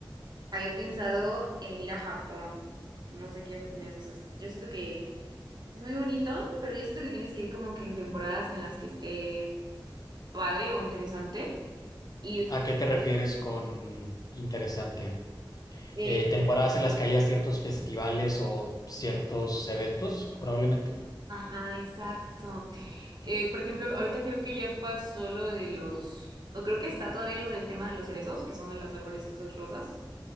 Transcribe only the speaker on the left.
¿A qué te refieres con interesante?
Eh, temporadas en las que haya ciertos festivales o ciertos eventos, probablemente.